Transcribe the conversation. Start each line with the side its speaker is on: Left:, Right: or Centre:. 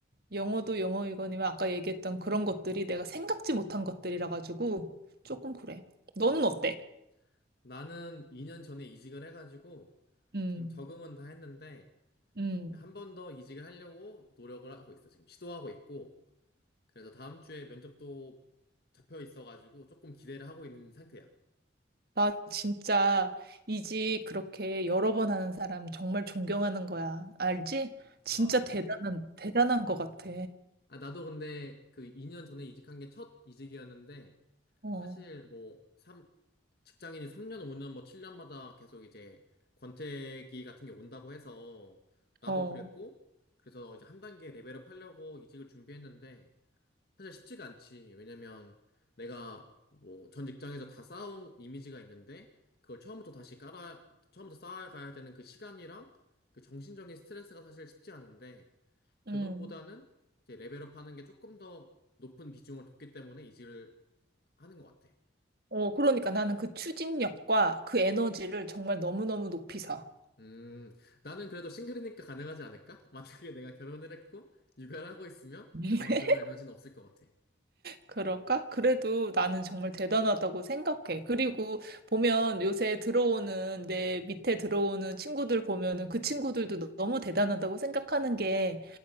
Right: 영어도 영어이거니와 아까 얘기했던 그런 것들이 내가 생각지 못한 것들이라 가지고 조금 그래. 너는
Left: 음.
Right: 어때?
Left: 나는 2년 전에 이직을 해가지고,
Right: 음,
Left: 지금 적응은 다 했는데,
Right: 음.
Left: 한 번 더 이직을 하려고 노력을 하고 있어. 지금 시도하고 있고, 그래서 다음 주에 면접도 잡혀 있어가지고, 조금 기대를 하고 있는 상태야.
Right: 나 진짜 이직 그렇게 여러 번 하는 사람 정말 존경하는 거야. 알지? 진짜
Left: 어.
Right: 대단한, 대단한 것 같아.
Left: 아, 아, 나도 근데 그 2년 전에 이직한 게 첫 이직이었는데,
Right: 어,
Left: 사실 뭐 삼, 직장인이 3년, 5년, 뭐 7년마다 계속 이제 권태기 같은 게 온다고 해서 나도
Right: 어,
Left: 그랬고 그래서 이제 한 단계 레벨업 하려고 이직을 준비했는데 사실 쉽지가 않지. 왜냐면 내가 뭐 전 직장에서 다 쌓아온 이미지가 있는데 그걸 처음부터 다시 깔아 처음부터 쌓아가야 되는 그 시간이랑 그 정신적인 스트레스가 사실 쉽지 않은데 그것보다는
Right: 음.
Left: 이제 레벨업 하는 게 조금 더 높은 비중을 뒀기 때문에 이직을 하는 것 같아.
Right: 어, 그러니까 나는 그 추진력과 그 에너지를 정말 너무너무 높이 사.
Left: 음, 나는 그래도 싱글이니까 가능하지 않을까? 만약에 내가 결혼을 했고 육아를 하고 있으면
Right: <laughs>
Left: 아마 그런 에너지는 없을 것 같아.
Right: 그럴까? 그래도 나는 정말 대단하다고 생각해. 그리고 보면 요새 들어오는 내 밑에 들어오는 친구들 보면은 그 친구들도 너- 너무 대단하다고 생각하는 게